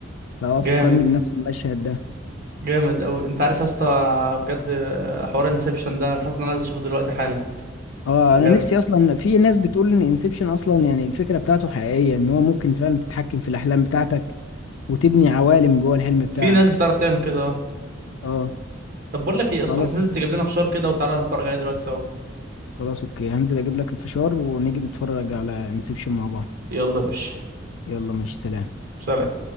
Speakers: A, on the left; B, on the right.
A: فهو فكرني
B: جامد
A: بنفس المشهد ده
B: جامد قوي انت عارف يا اسطى بجد آه، حوار انسبشن ده انا حاسس ان انا عايز اشوفه دلوقتي حالا
A: اه
B: بجد
A: انا نفسي اصلا في ناس بتقول ان انسبشن اصلا يعني الفكره بتاعته حقيقيه ان هو ممكن فعلا تتحكم في الاحلام بتاعتك وتبني عوالم جوه الحلم بتاعك
B: في ناس بتعرف تعمل كده اه
A: اه
B: طب بقول لك ايه اصلا
A: خلاص
B: ما تنزل تجيب لنا فشار كده وتعالى نتفرج عليه دلوقتي سوا
A: خلاص اوكي هنزل اجيب لك الفشار ونيجي نتفرج على انسبشن مع بعض
B: يلا يا باشا
A: يلا ماشي سلام
B: سلام